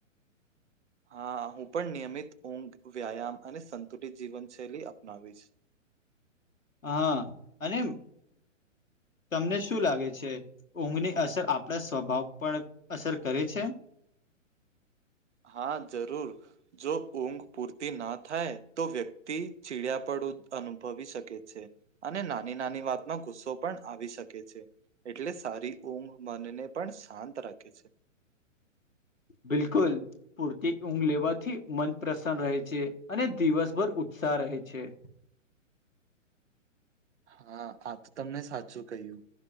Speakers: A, on the right; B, on the left.
A: હા હું પણ નિયમિત ઊંઘ, વ્યાયામ અને સંતુલિત જીવનશૈલી અપનાવીશ.
B: હા. અને તમને શું લાગે છે, ઊંઘની અસર આપણા સ્વભાવ પર અસર કરે છે?
A: હા જરૂર. જો ઊંઘ પૂરતી ન થાય તો વ્યક્તિ ચીડીયાપડું અનુભવી શકે છે. અને નાની-નાની વાતમાં ગુસ્સો પણ આવી શક કે છે. એટલે સારી ઊંઘ મનને પણ શાંત રાખે છે.
B: બિલકુલ. પૂરતી ઊંઘ લેવાથી મન પ્રસન્ન રહે છે, અને દિવસભર ઉત્સાહ રહે છે.
A: હા. આ તો તમને સાચું કહ્યું.